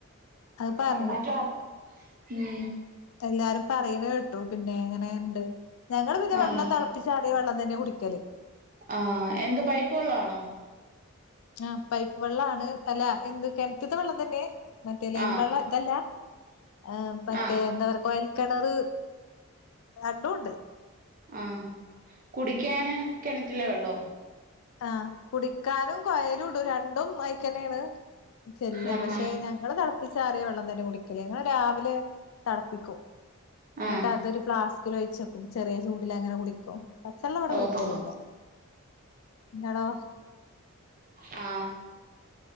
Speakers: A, on the left (about 70°); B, on the right (about 40°).
A: അത് പറഞ്ഞു
B: പറഞ്ഞിട്ടുണ്ടെ ഉം
A: എല്ലാരും പറയുന്ന കേട്ടു പിന്നെ എങ്ങനെുണ്ട് ഞങ്ങളെ പിന്നെ
B: ആഹ്
A: വെള്ളം തിളപ്പിച്ചാറിയ വെള്ളം തന്നെ കുടിക്കല്
B: ആഹ് എന്ത് പൈപ്പ് വെള്ളാണോ
A: ആ പൈപ്പ് വെള്ളാണ് അല്ല എന്ത് കിണറ്റീത്തെ വെള്ളം തന്നെ മറ്റേ ലൈൻ
B: ആഹ്
A: വെള്ളം ഇതല്ല ആ മറ്റേ
B: ആഹ്
A: എന്താ കൊയൽകിണറു രണ്ടും ഉണ്ട്
B: ആ കുടിയ്ക്കാനെ കിണറ്റ് കിണറ്റിലെ വെള്ളോ
A: ആ കുടിക്കാനും കൊയലും രണ്ടും അയക്കന്നെയാണ് ചെല്ല
B: ആഹ്
A: പക്ഷെ ഞങ്ങളെ തിളപ്പിച്ചാറിയ വെള്ളം തന്നെ കുടിക്കല ഞങ്ങൾ രാവിലെ തെളപ്പിക്കും
B: ആഹ്
A: എന്നിട്ട തൊരു ഫ്ലാസ്കിലൊഴിച്ചെ ചെറിയ ചൂടിലങ്ങനെ കുടിക്കും പച്ചള്ളം ഇവിടെ
B: ഓഹോ
A: കുടിക്കലില്ല നിങ്ങളോ
B: ആ